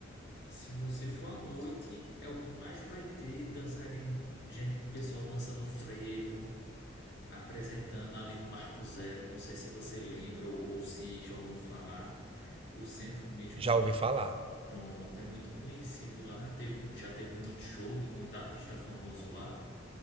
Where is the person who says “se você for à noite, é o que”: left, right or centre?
Left